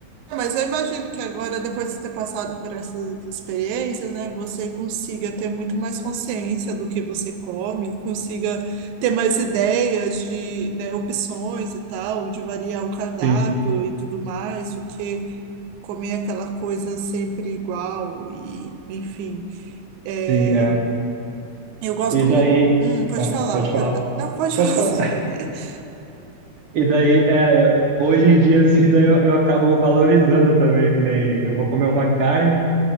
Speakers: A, on the right (about 85°); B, on the right (about 60°).
A: É, mas eu imagino que agora, depois de ter passado por essas experiências, né, você consiga ter muito mais consciência do que você come, consiga ter mais ideias de, né, opções e tal, de variar o cardápio
B: Sim,
A: e tudo mais, do que comer aquela coisa sempre igual e, enfim. É,
B: sim, é.
A: eu gosto.
B: E
A: mu-
B: daí.
A: Hum, pode
B: Ah,
A: falar,
B: pode falar.
A: perdão. Não, pode
B: Pode
A: falar. <laughs>
B: falar. E daí, é, hoje em dia, assim, daí eu, eu acabo valorizando também, que nem eu vou comer uma carne,